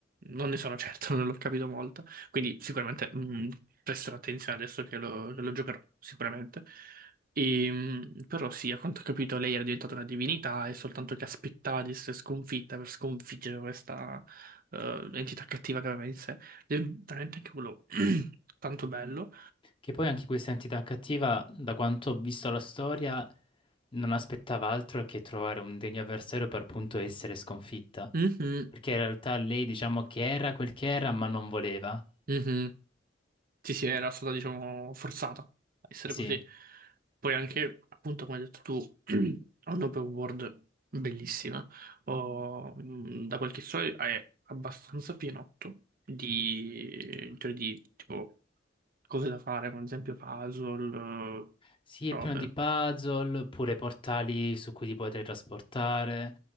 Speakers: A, on the right (about 50°); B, on the left (about 30°).
A: Non ne sono certo, <laughs> non l'ho capito molto, quindi sicuramente mh, presterò attenzione adesso che lo, che lo giocherò, sicuramente. E, mh, però sì, a quanto ho capito lei era diventata una divinità e soltanto che aspettava di essere sconfitta per sconfiggere questa eh, entità cattiva che aveva in sé. Ed è veramente anche quello <clears throat> tanto bello.
B: Che poi anche questa entità cattiva, da quanto ho visto la storia, non aspettava altro che trovare un degno avversario per appunto essere sconfitta.
A: Mhm,
B: Perché in realtà lei diciamo che era quel che era, ma non voleva.
A: mhm. Sì, sì, era stata, diciamo, forzata a essere
B: Sì.
A: così. Poi anche, appunto, come hai detto tu, <clears throat> ha un'open world bellissima. Ho- mh, da quel che so è abbastanza pienotto di, cioè di tipo cose da fare, come ad esempio puzzle,
B: Sì,
A: eh, robe.
B: è pieno di puzzle, oppure portali su cui ti puoi trasportare.